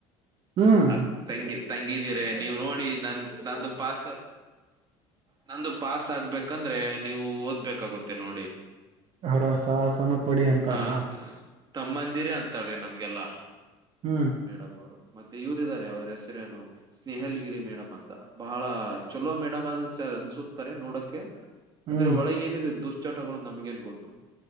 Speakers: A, on the right; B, on the right.
A: ಹ್ಮ್
B: ಅ ತಂಗಿ ತಂಗಿದೀರೆ ನೀವು ನೋಡಿ ನನ್ ನಂದು ಪಸ್ ನಂದು ಪಾಸ್ ಆಗ್ಬೇಕಂದ್ರೆ ನೀವು ಓದ್ಬೇಕ್. ಕಗುತ್ ಮತ್ತೆ ನೋಡಿ.
A: ಹರ ಸಾಹಸನ ಪಡಿ ಅಂತಾರ
B: ಹ ತಮ್ಮಂದಿರೆ ಅಂತ್. ಮಾತಾಡೇ ನಮ್ಗೆಲ್ಲಾ.
A: ಹ್ಮ್
B: ಮೇಡಮ್ ಅವರು. ಮತ್ತೆ ಇವರಾರೆ ಅವರ ಹೆಸರೇನು ಸ್ನೇಹಲ್ಗಿರಿ ಮೇಡಮ್ ಅಂತ. ಬಹಳ ಚಲೋ ಮೇಡಮ್ ಅನ್ಸ್. ತ್ತ್ ಅನ್ಸುತ್ತಾರೆ ನೋಡಕ್ಕೆ.
A: ಹ್ಮ್
B: ಆದ್ರೆ ಒಳಗೇನಿದೆ ದುಷ್. ತೋಗೋಳ್ಡ್ ನಮ್ಗಏನ್ ಗೊತ್ತು?